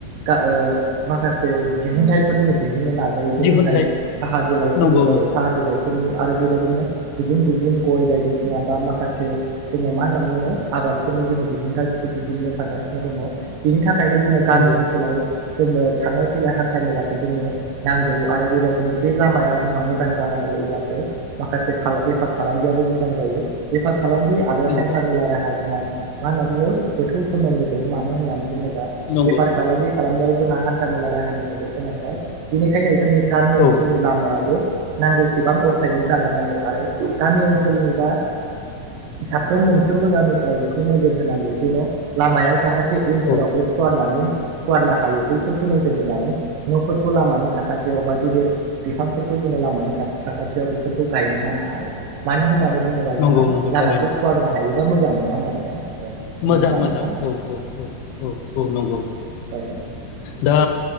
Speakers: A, on the right (about 70°); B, on the left (about 85°).
A: <unintelligible> माखासे दिहुनथाइफोर जोङो दिहुन नो नायो जेरैहाय
B: दिहुनथाइ
A: साहा बिलाइफोरनि
B: नंगौ
A: औ
B: नंगौ
A: साहा बिलाइफोरनि आरो बेबायदिनो गुबुन गुबुन गय बायदिसिना बा माखासे जोङो मा होननानै बुङो आबादफोरनि जोङो दिहुनथाइ बेखौ दिहुननो थांगासिनो दङ बेनि थाखायनो जोङो गामि
B: नंगौ
A: ओनसोलाव
B: नंगौ
A: जोंनो थांलाय फैलाय हान्था मेलाखौ जोंनो नांगौ आरो बेबायदिनो बे लामाया जोंहा मोजां जानांगौ अब्लासो माखासे बेफार फालांगियाबो मोजां जायो बेफार फालांगि आरो
B: नंगौ
A: हान्था मेला राहा जोंहा मा होनना बुङो गोथौ सोमोन्दो दं मानो होननानै बुङोबा
B: नंगौ
A: बेफार
B: नंगौ
A: फालांगि खालामनायाव जोंहा हान था मेला राहानि जोबोर गोनांथार बेनिखायनो जोंनि गामि ओनसोलनि
B: औ
A: लामायाबो नांगौसेबां अर्थायनि जानो नांगौ आरो गामि ओनसोलनिबा साफ्रोम मोनफ्रोमबो गामिफोराव बेखौ नोजोर होनांगौ जेन' लामाया जाहाथे बे उनफोरावबो
B: औ
A: फुवारनानै फुवारनो हायो बैफोरखौ नोजोर बोनानै न'फोरखौ लामानि साखाथियाव गिदिर बिफांफोरखौ जोङो लामानि साखाथियाव बेफोरखौ गायनो नाङा आरो मानो होननानै बुङोबा
B: नंगौ
A: जोंहा
B: नंगौ
A: लामाखौ
B: थारैनो
A: फुवारनो हायोबा मोजां नङा होमबा नोंथां
B: मोजां
A: नंगौना
B: मोजां
A: नोंथां
B: औ औ औ औ औ नंगौ
A: औ
B: दा